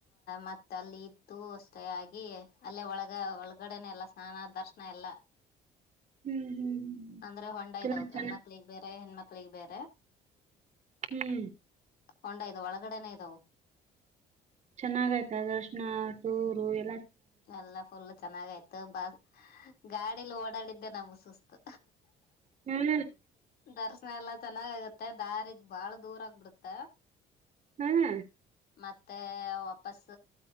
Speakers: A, on the left (about 65°); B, on the right (about 45°).
A: ಮತ್ತೆ ಅಲ್ಲಿ ಇದ್ದು ಅಷ್ಟೇ ಆಗಿ ಅಲ್ಲೇ ಒಳಗ ಒಳಗಡೆನೆೇ ಎಲ್ಲ ಸ್ನಾನ ದರ್ಶನ ಎಲ್ಲ
B: ಹ್ಮ್ ಹ್ಮ್ ಹ್ಮ್
A: ಅಂದ್ರೆ ಹೊಂಡ
B: ಚೆನ್ನಾಗ್
A: ಇದಾವ ಗಣ್ಮಕ್ಳಗ್
B: ಚೆನ್ನಾಗ್
A: ಬೇರೆ ಮತ್ತ ಹೆಣ್ಮಕ್ಳಿಗೆ ಬೇರೆ
B: ಹ್ಮ್
A: ಒೊಂಡ್ು ಒಳಗಡೆನೆ್ ದ
B: ಚೆನ್ನಾಗ ಆಯ್ತಾ ಕೃಷ್ಣ ಟೂರು ಎ
A: ಎಲ್ಲ ಫುಲ್ ಚೆನ್ನಾಗಯ್ತು ಬ ಗಾಡಿಲಿ ಓಡಾಡಿದ್ದೆ ನಂಬ ಸುಸ್ತು
B: ಹ್ಮ್
A: ದರ್ಶನ ಎಲ್ಲ ಚೆನ್ನಾಗ ಆಗುತ್ತೆ ಮತ್ತೆ ದಾರಿದ್ ಬಾಳ ದೂರ ಆಗ್ಬಿಡತ್ತ
B: ಹ್ಮ್
A: ಮತ್ತೆ ವಾಪಸ